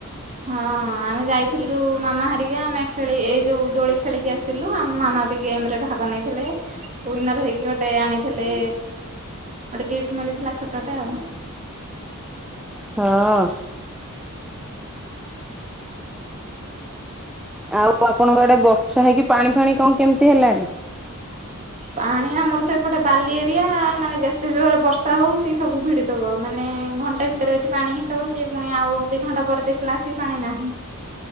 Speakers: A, on the right (about 35°); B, in the centre.
A: ହଁ ଆମେ ଯାଇଥିଲୁୁ ମାମା ହାରିକା ଆମେ ଖେଳି ଏଇ ଯୋଉ ଦୋଳି ଖେଳି ଆସିଲୁ ଆମ ମାମା ବି ଗେମ ରେ ଭାଗ ନେଇଥିଲେ। ୱିନର ହେଇକି ଗୋଟେ ଆଣିଥିଲେ ଗୋଟେ ଗିଫ୍ଟ ମିଳିଥିଲା ଛୋଟଟେ ଆଉ।
B: ହଁ ଆଉ ଆପଣଙ୍କ ଆଡେ ବର୍ଷା ହେଇକି ପାଣି ଫାଣି କଣ କେମିତି ହେଲାଣି।
A: ପାଣି ଆମର ତ ଏପଟେ ବାଲି ଏରିଆ ମାନେ ଯେତେ ଜୋରରେ ବର୍ଷା ହଉ ସି ସବୁ ଭିଡିଦବ ମାନେ ଘଣ୍ ଣ୍ଟ ଭିତରେ ଯଦି ପାଣି ହେଇଥିବ ସେିଏ ପୁଣି ଆଉ ଦିଇ ଘଣ୍ଟା ପରେ ଦେଖିଲା ସଏ ପାଣି ନାହିଁ।